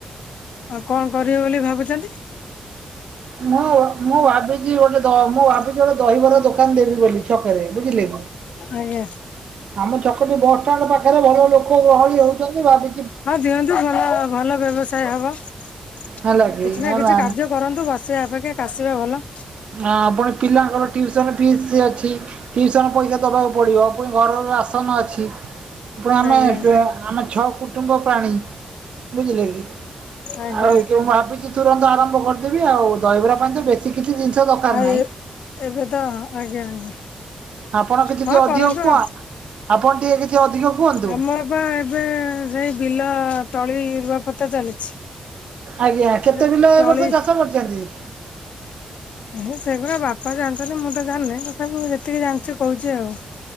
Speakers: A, on the left (about 80°); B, on the right (about 60°).
A: ଆଉ କଣ କରିବେ ବୋଲି ଭାବୁଚନ୍ତି?
B: ମୁଁ ମୁଁ ଭାବିଚି ଗୋଟେ ମୁଁ ଭାବିଚି ଗୋଟେ ଦହିବରା ଦୋକାନ ଦେବି ବୋଲି ଛକରେ ବୁଝିଲେ।
A: ଆଜ୍ଞା।
B: ଆମ ଚକଟି ବସ୍ ଷ୍ଟାଣ୍ଡେ ପାଖରେ ଭଲ ଲୋକ ଗହଳି ହଉଛନ୍ତି ଭାବି
A: ହଁ ଦିଅନ୍ତୁ ଭଲ ଭଲ ବ୍ୟବସା୍ ହବ କିଛି
B: ହେଲା କି
A: ନା
B: ହେଲା
A: କିଛି କାର୍ଯ୍ୟ କରନ୍ତୁ ବସିବାଅପେକ୍ଷା କାଶିବା ଭଲ।
B: ହଁ ପୁଣି ପିଲାଙ୍କର ଟିୁସନ୍ ଫିସ୍ ଅଛି। ଟିଉସନ୍ ପଇସା ଦବାକୁ ପଡିବ ପୁଣି ଘରର ରାସନ ଅଛି। ଫୁଣି ଆମେ
A: ଆଜ୍ଞା
B: ଆମେ ଛଅ କୁଟୁମ୍ବ ପ୍ରାଣୀ ବୁଝିଲେ କି।
A: ଆଜ୍ଞା
B: ଆଉ ମୁଁ ଭାବିଚି ତୁରନ୍ତ ଆରମ୍ଭ କରିଦେବି ଆଉ ଦହିବରା ପାଇଁ ତ ବେଶୀ କିଛି ଜିନିଷ ଦରକାର
A: ଆଁ
B: ନାହିଁ
A: ଏ ଏବେ ତ ଆଜ୍ଞା ଆଜ୍ଞା।
B: ଆପଣ କିଛି
A: ହଁ
B: ଟିକେ ଅଧିକ
A: କରନ୍ତୁ
B: କୁହ
A: ଆଉ।
B: ଆପଣ ଟିକେ କିଛି ଅଧିକ କୁହନ୍ତୁ?
A: ଆମର ବା ଏବେ ସେଇ ବିଲ ତଳି ରୁଆ ପୋତା ଚାଲିଛି।
B: ଆଜ୍ଞା
A: ସେ
B: କେତେ କିଲ ଏବ
A: ତଳି
B: ବର୍ଷ ଚାଷ କରିଚନ୍ତି।
A: ଏ ସେଗୁଡା ବାପା ଜାଣିଛନ୍ତି ମୁଁ ତ ଜାଣିନି ତଥାପି ମୁଁ ଯେତିକି ଜାଣିଚି କହୁଚି ଆଉ।